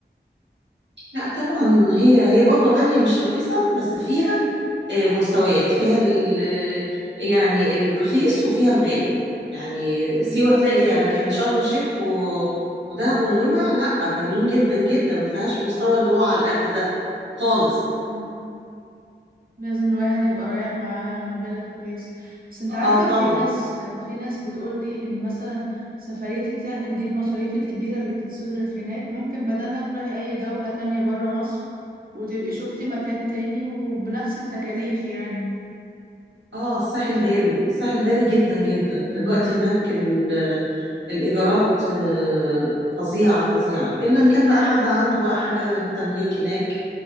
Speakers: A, on the right; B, on the right.
A: لا طبعا هي هي برضو غاليه مش رخيصه بس فيها آه مستويات فيها ال- يعني الرخيص وفيها الغالي يعني
B: مم.
A: سيوه تلاقي فيها لكن شرم الشيخ و- ودهب ونويبع لا غاليين جدا جدا ما فيهاش مستوى اللي هو على القد ده خالص
B: مم. لازم الواحد يبقى رايح معاه مبالغ كويس بس أنت
A: اه
B: عارفة
A: طبعا
B: في ناس في ناس بتقولي إن مثلا سفرية الساحل دي المصاريف الكبيرة اللي بتتصرف هناك ممكن بدلها تروحي أي دولة تانية برا مصر وتبقي شوفتي مكان تاني وبنفس التكاليف يعني
A: اه الساحل غالي الساحل غالي جدا جدا
B: مم.
A: دلوقتي هناك ال- الإيجارات آه، فظيعة فظيعة إلا إن كان بقى حد عنده بقى حاجة تمليك هناك